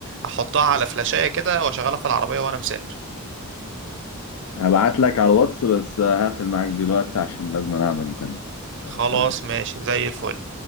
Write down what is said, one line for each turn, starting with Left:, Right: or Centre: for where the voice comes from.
Right: احطها على فلاشاية كده واشغلها في العربية وانا مسافر
Left: هبعت لك على الواتس بس هقفل معاك دلوقتي عشان لازم أنا أعمل مكالمة آه،
Right: خلاص
Left: سلام
Right: ماشي زي الفل